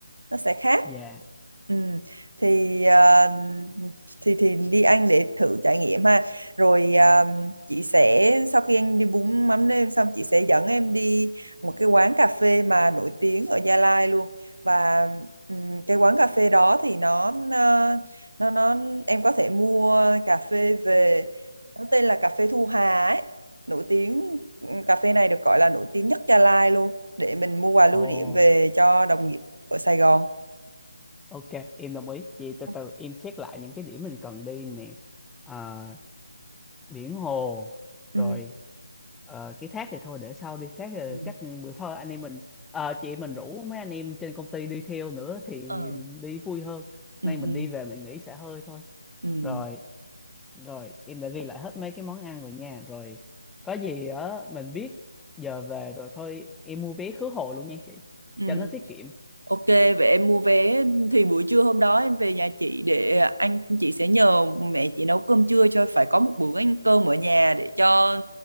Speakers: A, on the right; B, in the centre.
A: Nó sẽ
B: <laughs>
A: khác.
B: dạ
A: Ừ. Thì ờ, thì thì đi ăn để thử trải nghiệm ha. Rồi ờ, chị sẽ sau khi anh đi bún mắm nêm xong chị sẽ dẫn em đi một cái quán cà phê mà nổi tiếng ở Gia Lai luôn. Và ừ, cái quán cà phê đó thì nó ờ, nó nó em có thể mua cà phê về nó tên là cà phê Thu Hà ấy nổi tiếng cà phê này được gọi là nổi tiếng nhất Gia Lai luôn để mình mua quà
B: ồ
A: lưu niệm về cho đồng nghiệp ở Sài Gòn
B: ok em đồng ý vậy từ
A: Ok.
B: từ em check lại những cái điểm mình cần đi nè Ờ, biển hồ
A: ừ
B: rồi ờ, cái thác thì thôi để sau đi thác thì
A: ừ
B: chắc bữa sau anh em mình ờ, chị mình rủ mấy anh em trên công ty đi theo nữa thì
A: ờ
B: đi vui hơn
A: ừ
B: nay mình
A: ừ
B: đi về mình nghỉ xả hơi thôi
A: ừ
B: rồi rồi em đã ghi lại hết mấy cái món ăn rồi nha rồi có gì á mình biết giờ về rồi thôi em mua vé khứ hồi luôn nha chị
A: ừ
B: cho nó tiết kiệm
A: Ok, vậy em mua vé thì buổi trưa hôm đó em về nhà chị để anh chị sẽ nhờ mẹ chị nấu cơm trưa cho phải có một bữa ăn cơm ở nhà để cho